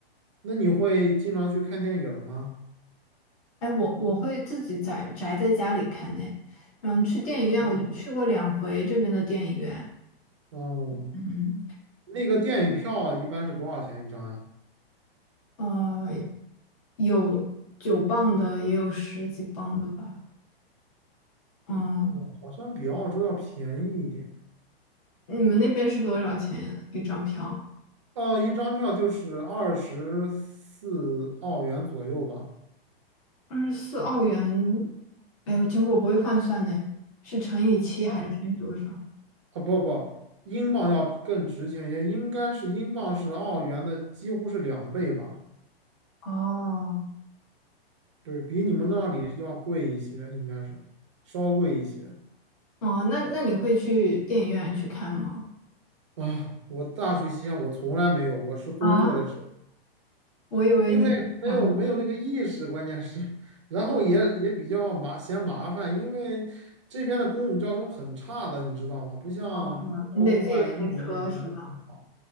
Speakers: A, on the right; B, on the left.
A: 那你会经常去看电影儿吗？
B: 哎，我我会自己宅宅在家里看呢。嗯，去电影院我就去过两回这边的电影院。
A: 哦哦，
B: 嗯，
A: 那个电影票一般是多少钱一张呀？
B: 呃，有九磅的，也有十几磅的吧。嗯，
A: 我好像比澳洲要便宜一点。
B: 你们那边是多少钱一张票？
A: 哦，一张票就是二十四澳元左右吧。
B: 二十四澳元。哎呦，其实我不会换算呢，是乘以七还是乘以多少？
A: 它啊不不，英镑要更值钱一些，应该是英镑是澳元的几乎是两倍吧？
B: 哦，
A: 对，比你们那里要贵一些，应该是稍贵一些。
B: 哦，那那你会去电影院去看吗？
A: 啊，我大学期间我从来没有，我是工作了之后，
B: 啊，我以为你不想
A: 因为没有没有那个意识，关键是，然后也也比较麻嫌麻烦，
B: 做
A: 因为这边的公共交通很差的，你知道吗？不像欧洲啊、
B: 坐车，你得自己开车是吗？
A: 英国那边很好。